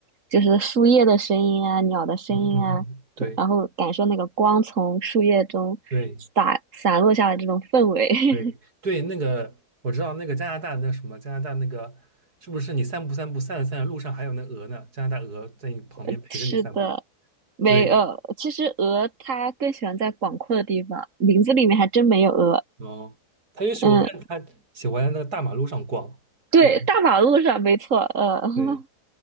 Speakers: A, on the right (about 55°); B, on the right (about 85°).
A: 就是树叶的声音啊，鸟的声音啊，
B: 嗯嗯嗯，对
A: 对然后感受那个光从树叶中洒洒落下来这种氛围。
B: 对
A: <laughs>
B: 对对，那个我知道那个加拿大那什么加拿大那个是不是你散步散步散着散着路上还有那鹅呢？加拿大鹅在你旁边陪着你散步，
A: 呃是的，没呃，
B: 对
A: 其实鹅它更喜欢在广阔的地方，林子里面还真没有鹅。
B: 哦，他也许我看他喜欢在那个大马路上逛，
A: 嗯，对，
B: 这样
A: 大马路上没错，呃。<laughs>
B: 对。